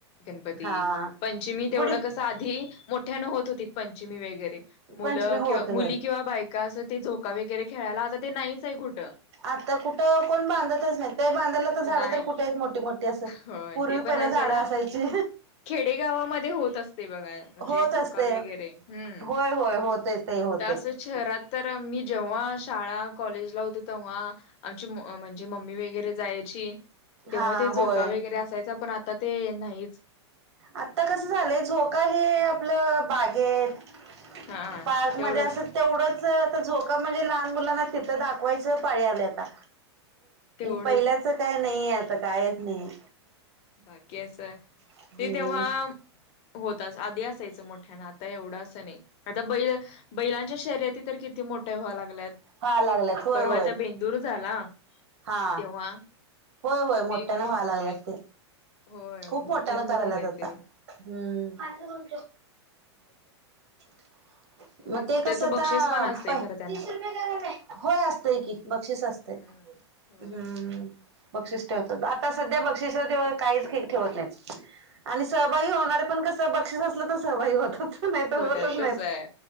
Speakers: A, on the left; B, on the right.
A: गणपती,
B: हा
A: पंचमी तेवढं
B: गुढी
A: कसं आधी मोठ्यानं होत होती पंचमी वगैरे मुलं
B: पंचमी होत
A: किंवा
B: होय
A: मुली किंवा बायका असं ते झोका वगैरे खेळायला आता ते नाहीच आहे कुठं.
B: आता कुठं कोण बांधतच नाही ते बांधायला आता झाड
A: नाही
B: तर कुठे आहेत मोठी, मोठी असं
A: होय
B: पूर्वी
A: ते पण
B: पहिला
A: आहे
B: झाड
A: सोडा
B: असायची.
A: खेडेगावामध्ये होत असते बघा म्हणजे
B: होत
A: झोका
B: असते,
A: वगैरे हम्म
B: होय, होय होते ते होते.
A: इथं असं शहरात तर मी जेव्हा शाळा कॉलेजला होते तेव्हा आमची म म्हणजे मम्मी वगैरे जाय ची
B: हा
A: तेव्हा ते झोका
B: होय
A: वगैरे असायचा पण आता ते नाहीच.
B: आता कसं झालंय झोका हे आपलं बागेत
A: हा
B: पार्क
A: तेवढंच
B: मध्ये असत तेवढंच आता झोका म्हणजे ला मुना तिथं दाखवाच पाळी आली आता
A: तेवढंच
B: पहिल्या कुठ काय नाहीे आता कायच नाही.
A: बाकी असं
B: हम्म
A: ते तेव्हा होतच आधी असायचं मोठ्या ना आता एवढं असं नाही. आता बैल बैलांच्या शर्यती तर किती मोठ्या व्हावा लागल्यात.
B: हा लागल्यात होय
A: पर्वा
B: होय
A: आता बेंदूर झाला.
B: हा
A: तेव्हा
B: होय, होय
A: किती
B: मोठ्यानं
A: म्हणजे
B: व्हाव लागलात ते.
A: होय
B: खूप
A: मोठ्यान
B: मोठ्या न करायलात
A: झालंय
B: आता.
A: ते
B: हम्म, <unintelligible>
A: शर्यत
B: मग ते
A: त्याचं
B: कसं आता
A: बक्षीस पण असतय
B: पाय
A: खरं त्यांना
B: तीस रुपये काय ला लागता? होय असतंय की बक्षीस असतंय.
A: हम्म होय
B: हम्म, बक्षीस ठेवतात आता सध्या बक्षिस काहीच ठेवत नाहीत. आणि सहभागी होणारे पण कसं बक्षीस असलं तर सहभागी होतात. नाही तर
A: हो
B: होतंच
A: त्या तस
B: नाहीत
A: आहे